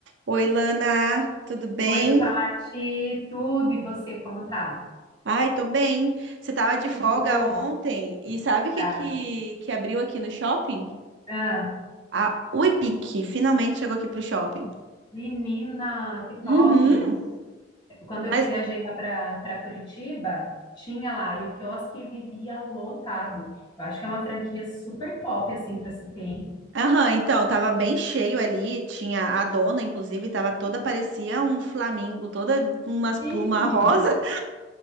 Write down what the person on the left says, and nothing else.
Oi, Paty, tudo e você, como tá?
Que bom,
cara.
Ah,
menina, que top!
Quando eu
viajei lá para Curitiba, tinha lá, e o quiosque vivia lotado. Eu acho que é uma franquia super top, assim, para se ter, hein?
Sim,
menino.